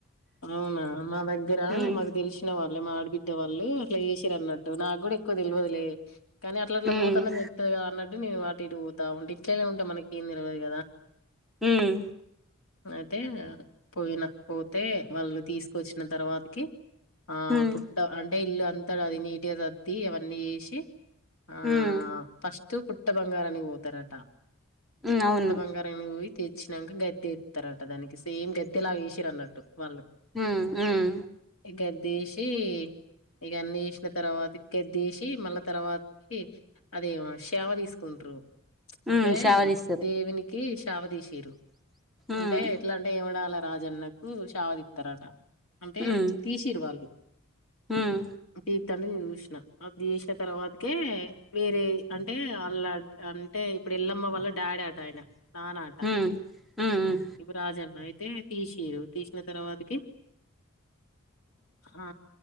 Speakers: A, on the left; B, in the centre.
A: అవునా మా దగ్గిర
B: ఉమ్
A: మాకు తెలిసిన వాళ్ మా ఆడబిడ్డ వాళ్ళు అట్లా చేసింరాన్నట్లు అన్నట్టు నాకు కూడా ఎక్కువ తెల్వదులే. కానీ అట్లా అట్లా
B: ఉమ్
A: పోతనని నిలత్తది కదా అన్నటు నేను వ తిటు పోతా ఉంటి తేలా ఉంటా మనకి ఏం తెలవదు కదా
B: ఉమ్
A: ఐతే పోయినా పో వాళ్ళు తీసుకొచ్చిన తర్వాతకి ఆ
B: ఉమ్
A: పుట్ట అంటే ఇల్లా అంతాగా అది నీట్ గా సద్ది అవన్నీ యేసి ఆ
B: ఉమ్
A: ఫస్ట్ తూ పుట్ట బంగారానికి పోతారట
B: ఉమ్ అవును
A: ట్ట బంగారంగా పోయి తేచ్ నంకు గద్దె యేత్తరట దానికి సేమ్ గద్దెలాగేసి వాళ్ళు
B: ఉమ్ ఉమ్
A: ఇంకేన్ ద్దేసి ఇక అన్ని చేసిన తర్వాత గద్దేసి మళ్ళా తర్వాతకి అదేవ సేవ తీసుకుంటురు. అంటే
B: ఉమ్ సేవ తీస్తారు
A: దేవునికి శావదీసిరు అంటే
B: ఉమ్
A: ఎట్లా అంటే ఏమడాల రాజన్నక్ ఊ ఉషది ఇతారట అంటే
B: ఉమ్
A: తీసిరు వాళ్ళు
B: ఉమ్
A: పీతనే వి క్షణ అది యేసిన తర్వాతకే వేరే అంటే అల్లా అంటే ఇప్పుడు ఎల్లమ్మ వాళ్ళ డాడీ ఆట ఆయన నానాట
B: ఉమ్ ఉమ్
A: ఇప్పుడు రాజన్న అయితే తీశీరు తీసిన తర్వాతకి ఆ